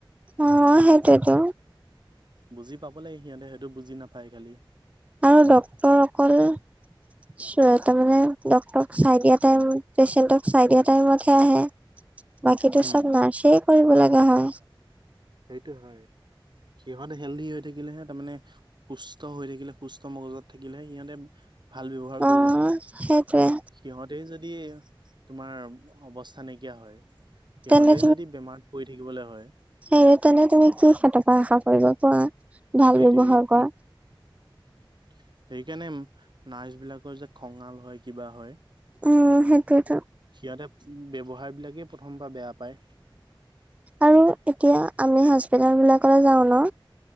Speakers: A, on the right; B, on the right.
A: অ সেইটোৱেতো।
B: বুজি পাব লাগে সিহঁতে সেইটো বুজি নাপায় খালী।
A: আৰু ডক্তৰ অকল চোৱা, তাৰমানে ডক্টৰক চাই দিয়া টাইম পেচেণ্টক চাই দিয়া টাইমতহে আহে। বাকীতো
B: উম,
A: চব নাৰ্ছেই কৰিব লগা হয়।
B: সেইটো হয়। সিহঁত হেলদি হৈ থাকিলেহে তাৰমানে সুস্থ হৈ থাকিলে, সুস্থ মগজত থাকিলেহে, সিহঁতে ভাল ব্যৱহাৰ
A: অ
B: কৰিব।
A: সেইটোৱে
B: সিহঁতেই যদি তোমাৰ অৱস্থা নাইকিয়া হয়, সিহঁতেই
A: তেনে
B: যদি বেমাৰত পৰি থাকিবলৈ হয়,
A: সেইয়ে তেনে তুমি কি সেহতৰ পৰা আশা কৰিব কোৱা? ভাল
B: সেইটোৱে
A: ব্যৱহাৰ কৰা।
B: উম সেইকাৰণে নাৰ্ছ বিলাকৰ যে খঙাল হয়, কিবা হয়
A: উম সেইটোৱেতো।
B: সিহঁতে ব্যৱহাৰ বিলাকেই প্ৰথমপা বেয়া পায়।
A: আৰু এতিয়া আমি হস্পিতাল বিলাকলৈ যাওঁ ন,